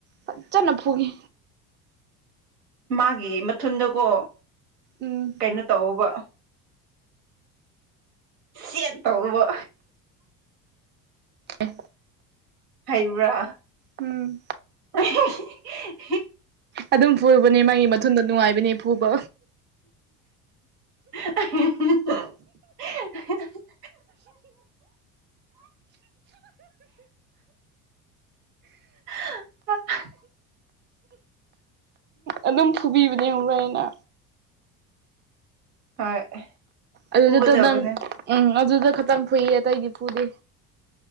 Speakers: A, on the right; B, on the right.
A: ꯐꯖꯅ ꯐꯨꯒꯤ
B: ꯃꯥꯒꯤ ꯃꯊꯨꯟꯗꯀꯣ
A: ꯎꯝ
B: ꯀꯩꯅꯣ ꯇꯧꯕ ꯁꯦꯠ ꯇꯧꯔꯨꯕ
A: ꯑꯦ
B: ꯍꯥꯏꯕ꯭ꯔꯥ
A: ꯎꯝ
B: <unintelligible>
A: ꯑꯗꯨꯝ ꯐꯨꯕꯅꯦ ꯃꯥꯒꯤ ꯃꯊꯟꯗ ꯅꯨꯡꯉꯥꯏꯕꯅꯦ ꯐꯨꯕ
B: <unintelligible> <unintelligible> <unintelligible>
A: ꯑꯗꯨꯝ ꯐꯨꯕꯤꯕꯅꯦ ꯍꯨꯔꯣꯏꯅ
B: ꯍꯣꯏ
A: ꯑꯗꯨꯗ
B: ꯐꯨꯒꯗꯕꯅꯦ
A: ꯇ ꯅꯪ ꯎꯝ ꯑꯗꯨꯗ ꯈꯛꯇꯪ ꯐꯨꯏꯌꯦ ꯑꯇꯩꯗꯤ ꯐꯨꯗꯦ